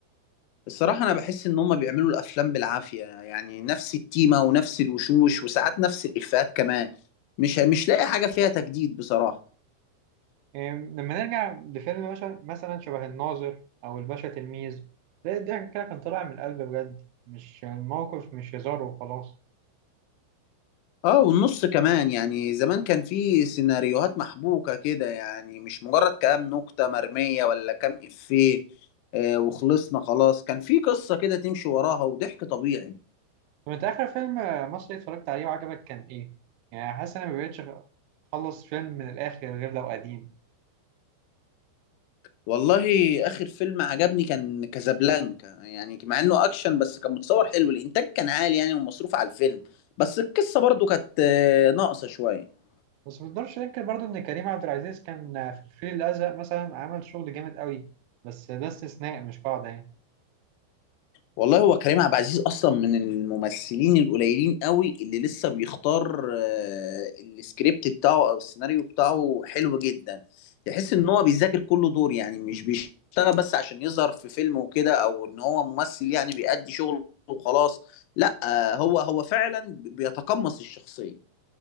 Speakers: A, on the left (about 85°); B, on the right (about 80°).
A: الصراحة أنا بحس إن هما بيعملوا الأفلام بالعافية يعني نفس التيمة ونفس الوشوش وساعات نفس الإفيهات كمان مش مش لاقي حاجة فيها تجديد بصراحة
B: يعني لما نرجع لفيلم مثلا مثلا شبه الناظر او الباشا تلميذ تلاقي الضحك كده كان طالع من القلب بجد مش الموقف مش هزار وخلاص
A: آه والنص كمان يعني زمان كان في سيناريوهات محبوكة كده يعني مش مجرد كلام نكتة مرمية ولا كام إفيه آه وخلصنا خلاص كان في قصة كده تمشي وراها وضحك طبيعي
B: طب انت اخر فيلم مصري اتفرجت عليه وعجبك كان ايه؟ يعني حاسس ان انا ما بقتش اخلص فيلم من الاخر غير لو قديم
A: والله اخر فيلم عجبني كان كازابلانكا يعني مع انه اكشن بس كان متصور حلو الانتاج كان عالي يعني ومصروف على الفيلم بس القصه برضو كانت آه، ناقصه شويه
B: بس ما نقدرش ننكر برضه ان كريم عبد العزيز كان في الفيل الازرق مثلا عمل شغل جامد قوي بس ده استثناء مش قاعده يعني
A: والله هو كريم عبد العزيز اصلا من الممثلين القليلين قوي اللي لسه بيختار آه، السكريبت بتاعه او السيناريو بتاعه حلو جدا تحس ان هو بيذاكر كل دور يعني مش بيشتغل بس عشان يظهر في فيلم وكده او ان هو ممثل يعني بيأدي شغله وخلاص لا آه، هو هو فعلا بيتقمص الشخصية